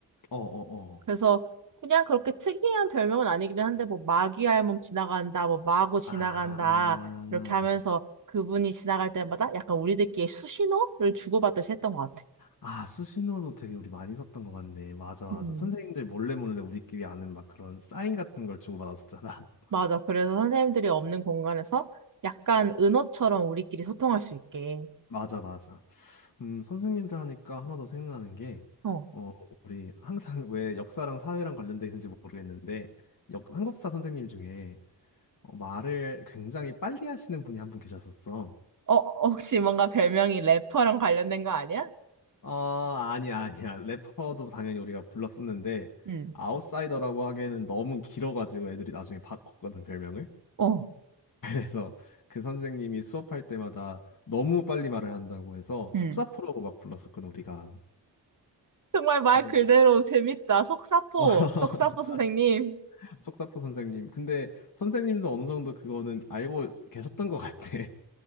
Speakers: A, on the left; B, on the right.
A: 어, 어, 어.
B: 그래서 그냥 그렇게 특이한 별명은 아니긴 한데 뭐 마귀 할멈 지나간다, 뭐 마고 지나간다
A: 아.
B: 이렇게 하면서 그분이 지나갈 때마다 약간 우리들끼리 수신호를 주고받듯이 했던 것 같아.
A: 아, 수신호도 되게 우리 많이 썼던 것 같네. 맞아, 맞아.
B: 음,
A: 선생님들 몰래 몰래 우리끼리 아는 막 그런 사인 같은 걸 주고받았었잖아. <laughs>
B: 맞아. 그래서 선생님들이 없는 공간에서 약간 은어처럼 우리끼리 소통할 수 있게.
A: 맞아, 맞아. 음, 선생님들 하니까 하나 더 생각나는 게,
B: 어,
A: 어, 우리 항상 <laughs> 왜 역사랑 사회랑 관련돼 있는지 모르겠는데, 역, 한국사 선생님 중에 어, 말을 굉장히 빨리 하시는 분이 한 분 계셨었어.
B: 어, 혹시 뭔가 별명이 래퍼랑 관련된 거 아니야?
A: 어, 아니야, 아니야. 래퍼도 당연히 우리가 불렀었는데,
B: 응.
A: 아웃사이더라고 하기에는 너무 길어가지고 애들이 나중에 바꿨거든, 별명을. <laughs>
B: 어,
A: 그래서 그 선생님이 수업할 때마다 너무 빨리 말을 한다고 해서 속사포라고
B: 응.
A: 막 불렀었거든, 우리가.
B: 정말 말
A: 그래서
B: 그대로 재밌다. 속사포,
A: 어,
B: 속사포 선생님.
A: <laughs> 속사포 선생님. 근데 선생님도 어느 정도 그거는 알고 계셨던 것 같아.